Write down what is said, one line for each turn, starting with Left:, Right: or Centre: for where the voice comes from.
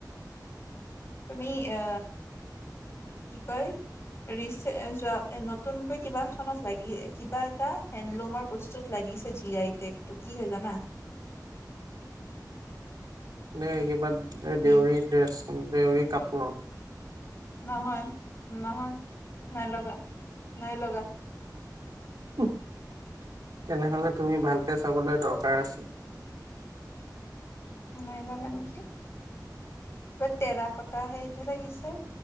Left: তুমি অ। কি কয় ৰিচেজ যোৱা এ নতুনকৈ কিবা এখনত লাগি কিবা এটা হেণ্ডলুমৰ বস্তুত লাগিছে জি আই টেকটো কি হয় জানা?
Right: ন সেইবাদ। এ
Left: ই
Right: দেউৰী ড্ৰেছ। দেউৰী কাপোৰ।
Left: নহয় নহয় নাই লগা নাই লগা।
Right: উহ তেনেহলে তুমি ভালকে চাবলৈ দৰকাৰ আছে।
Left: নাই লগা নেকি কিবা তেৰা কটা সেইতহে লাগিছে।